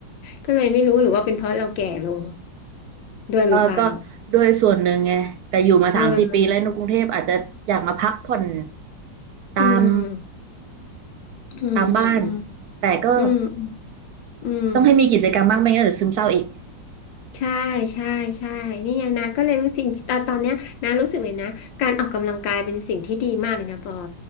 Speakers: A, on the left; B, on the right.
A: ก็เลยไม่รู้หรือว่าเป็นเพราะเราแก่ลงด้วยหรือเปล่า
B: เออก็ด้วยส่วนหนึ่งไงแต่อยู่มาสามสี่ปีแล้วในกรุงเทพอาจจะอยากมาพักผ่อน
A: เออ
B: ตาม
A: อืมอืมอืม
B: ตามบ้านแต่ก็
A: อืมอืม
B: ต้องให้มีกิจกรรมบ้างไม่งั้นเดี๋ยวซึมเศร้าอีก
A: ใช่ใช่ใช่ นี่ไงนะ ก็เลยรู้จริงตอนตอนเนี้ยนะรู้สึกเลยนะ การออกกำลังกายเป็นสิ่งที่ดีมากเลยนะปอ